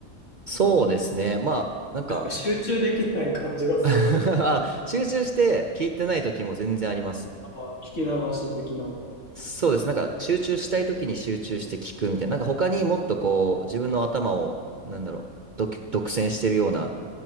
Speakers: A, on the right; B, on the left.
A: そうですね。まあ、なんか
B: なんか集中できない感じがする。
A: <laughs> あ集中して聞いてない時も全然あります。
B: ああ、聞き流し的な。
A: そうです。なんか集中したい時に集中して聞くみたいな。なんか他にもっとこう自分の頭をなんだろう、独独占してるような、